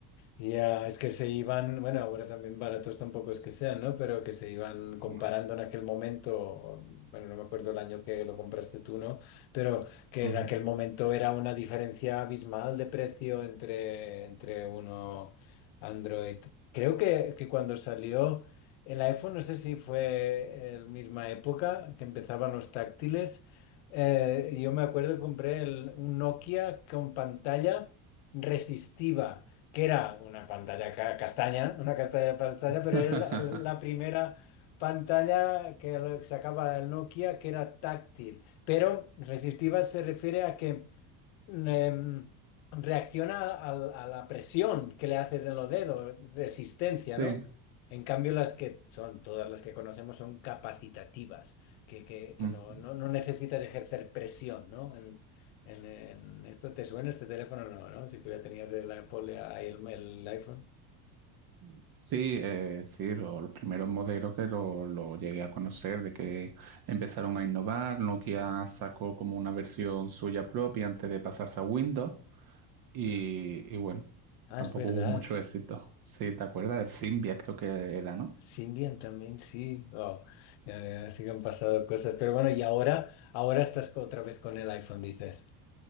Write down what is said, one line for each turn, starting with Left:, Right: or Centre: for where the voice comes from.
Left: Ya, es que se iban, bueno, ahora también baratos tampoco es que sean, ¿no? Pero que se iban comparando
Right: No.
Left: en aquel momento, bueno, no me acuerdo el año que lo compraste tú, ¿no? Pero que
Right: Ujú.
Left: en aquel momento era una diferencia abismal de precio entre, entre uno Android. Creo que, que cuando salió el iPhone, no sé si fue en la misma época que empezaban los táctiles, eh, yo me acuerdo que compré el- un Nokia con pantalla resistiva que era una pantalla ca- castaña, una castaña pantalla,
Right: <laughs>
Left: pero era la, la primera pantalla que lo- que sacaba el Nokia que era táctil. Pero resistiva se refiere a que em, reacciona al- a, la presión que le haces en los dedos, resistencia,
Right: Sí.
Left: ¿no? En cambio, las que son, todas las que conocemos son capacitativas, que, que- que
Right: Ujú.
Left: no, no- no necesitas ejercer presión, ¿no? En, en- en- esto te suena este teléfono, no, ¿no? Si tú ya tenías el Apple, ahí el, el iPhone.
Right: Sí, eh, sí, lo- los primeros modelos que lo, lo llegué a conocer, de que empezaron a innovar, Nokia sacó como una versión suya propia antes de pasarse a Windows y,
Left: Mm.
Right: y bueno,
Left: Ah,
Right: tampoco
Left: es verdad.
Right: hubo mucho éxito. Sí, ¿te acuerdas? El Symbian creo que era, ¿no?
Left: Symbian también, sí. Oh, ya, ya, sí que han pasado cosas. Pero bueno, y ahora, ahora estás co- otra vez con el iPhone, dices.